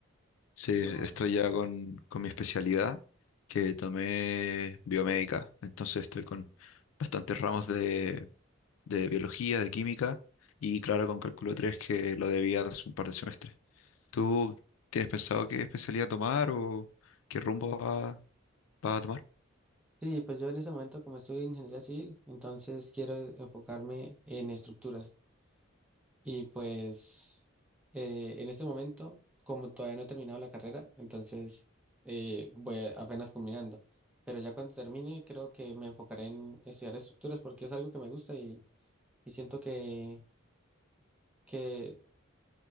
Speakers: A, on the left (about 85°); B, in the centre.
A: Sí,
B: No.
A: estoy ya con, con mi especialidad que tomé biomédica. Entonces estoy con bastantes ramos de, de biología, de química y claro, con cálculo 3 que lo debía de hace un par de semestres. ¿Tú tienes pensado qué especialidad tomar o qué rumbo va, vas a tomar?
B: Sí, pues yo en ese momento como estudio ingeniería civil, entonces quiero enfocarme en estructuras. Y pues eh, en este momento, como todavía no he terminado la carrera, entonces eh, voy a- apenas combinando. Pero ya cuando termine, creo que me enfocaré en estudiar estructuras porque es algo que me gusta y, y siento que, que,